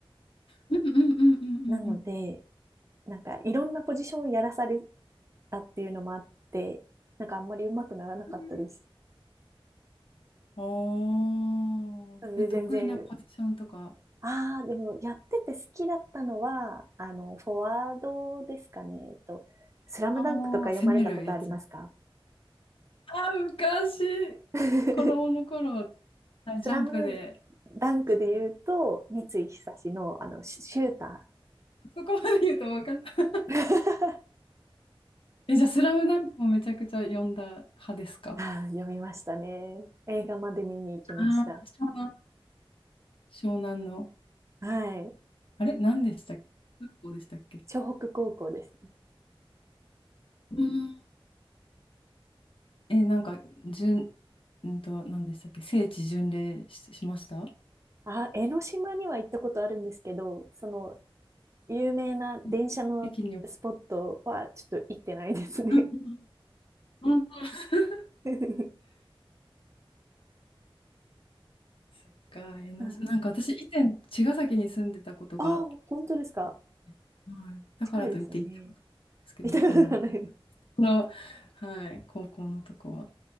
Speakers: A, on the left; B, on the right.
A: うんうんうんうんうん。
B: なので、なんか、いろんなポジションをやらされたっていうのもあって、なんかあんまり上手くならなかったです。
A: うんおー、
B: なので、
A: え、得意なポジションとか、
B: 全然ああ、でもやってて好きだったのは、あの、フォワードですかね。えっと、スラムダンクとか読まれたことありますか
A: ああ、攻めるやつ。あー、昔、
B: <laughs>
A: 子供の頃は、はいジャンプで
B: スラムダンクで言うと、
A: した。
B: 三井久の、あの、シシュータ
A: そこまで言うと分かんない。
B: ー。<laughs>
A: え、じゃあ、スラムダンクもめちゃくちゃ読んだ派ですか
B: ああ、読みましたね。映画まで見に行きました。
A: ああー、湘南湘南の。
B: はい。
A: あれ何でしたっけ学校でしたっけ
B: 湘北高校ですね。
A: うん。え、なんか、順、うんと、何でしたっけ聖地巡礼し、しましたう
B: あ、江ノ島には行ったことあるんですけど、その、有名な電車のスポットはちょっと行ってないですね。
A: ん北京に。うんうんうんうん <laughs>
B: <laughs>
A: そっか、えのなんか私、
B: うん
A: 以前、茅ヶ崎に住んでたことが
B: ああ、本当ですか。
A: あって、はい、だからといって行ったことないんですけど、
B: 近いですよね。見たことがないです。
A: あの、この、はい、高校のとこは。